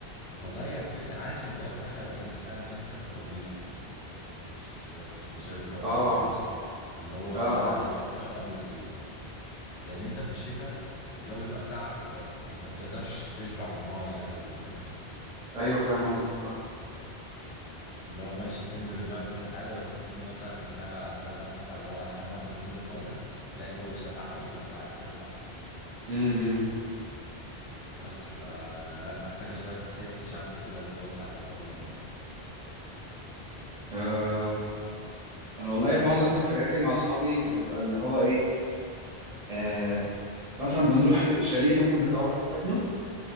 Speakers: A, on the left; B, on the right.
A: والله هي الفكرة عارف الجو بتاعها هيبقى لذيذ فعلا امتى في الربيع مش مش لا شتاء
B: اه
A: ولا شتاء ولا صيف اللي هو
B: اه
A: بعد
B: اه
A: الشتاء وقبل الصيف لان انت في الشتاء الجو بيبقى ساقع فبت... يعني ما بتقدرش تشبع من المايه قوي فاهم
B: ايوه فاهم قصدك اه
A: اللي هو ماشي بتنزل المايه كل حاجه بس بتيجي مثلا الساعه 3 4 اللي هو احسن وقت نزول المايه تلاقي الجو ساقع قوي فتبقى عايز تطلع
B: امم
A: بس فلا محتاجه شويه سنه شمس كده اللي هو بتاعه الربيع دي
B: آه. انا والله
A: بس
B: معظم سفرياتي مع اصحابي بتبقى اللي هو ايه آه. مثلا بنروح شاليه مثلا بتاع واحد صاحبنا